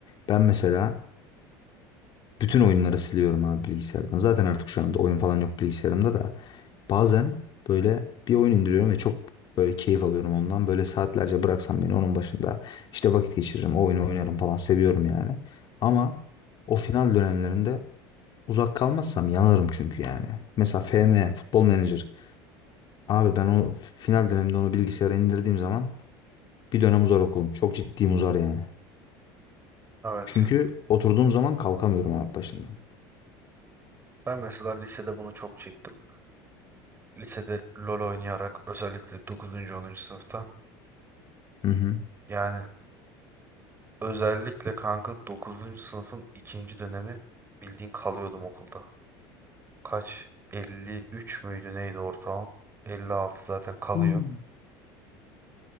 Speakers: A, on the left; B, on the right.
A: Ben mesela bütün oyunları siliyorum abi bilgisayardan. Zaten artık şu anda oyun falan yok bilgisayarımda da. Bazen böyle bir oyun indiriyorum ve çok böyle keyif alıyorum ondan. Böyle saatlerce bıraksam beni onun başında işte vakit geçiririm, o oyunu oynarım falan seviyorum yani. Ama o final dönemlerinde Uzak kalmazsam yanarım çünkü yani. Mesela FM, Futbol Manager. Abi ben o final döneminde onu bilgisayara indirdiğim zaman bir dönem uzar okulum. Çok ciddiyim uzar yani.
B: Evet.
A: Çünkü oturduğum zaman kalkamıyorum abi başından.
B: Ben mesela lisede bunu çok çektim. Lisede LoL oynayarak özellikle 9. 10. sınıfta.
A: Hı hı.
B: Yani özellikle kanka 9. sınıfın ikinci dönemi bildiğin kalıyordum okulda. Kaç? 53 müydü neydi ortalama? 56 zaten kalıyor.
A: Hmm.